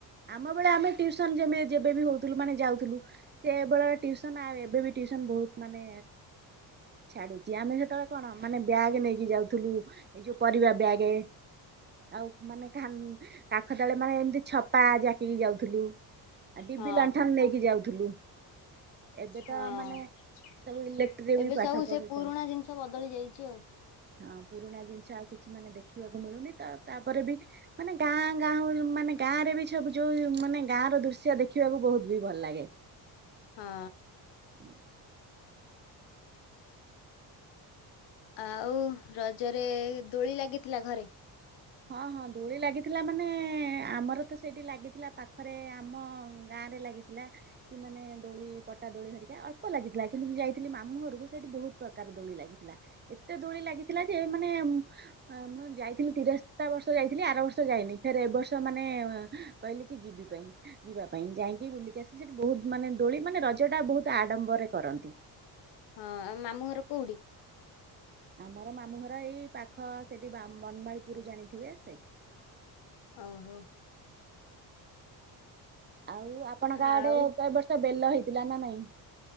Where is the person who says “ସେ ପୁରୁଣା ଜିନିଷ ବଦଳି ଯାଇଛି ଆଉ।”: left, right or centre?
Left